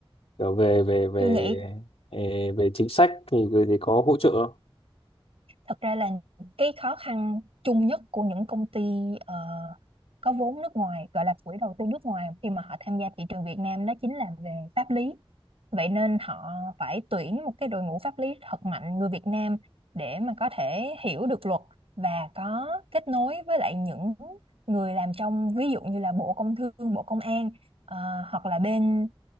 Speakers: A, on the left; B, on the right.
A: Kiểu về về về
B: Tôi nghĩ
A: về, về chính sách thì thì có hỗ trợ không?
B: Thật ra là cái khó khăn chung nhất của những công ty ờ, có vốn nước ngoài gọi là quỹ đầu tư nước ngoài khi mà họ tham gia thị trường Việt Nam đó chính là về pháp lý. Vậy nên họ phải tuyển một cái đội ngũ pháp lý thật mạnh người Việt Nam để mà có thể hiểu được luật và có kết nối với lại những người làm trong ví dụ như là Bộ Công Thương, Bộ Công an ờ, hoặc là bên